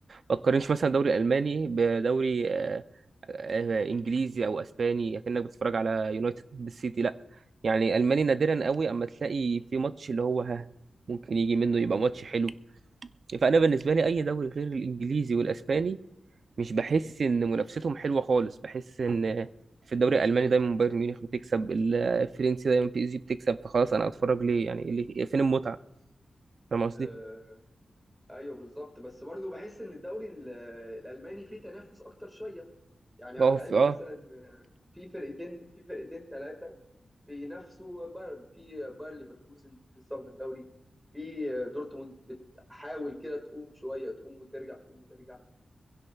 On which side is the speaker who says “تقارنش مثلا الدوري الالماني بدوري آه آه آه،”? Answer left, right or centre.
Right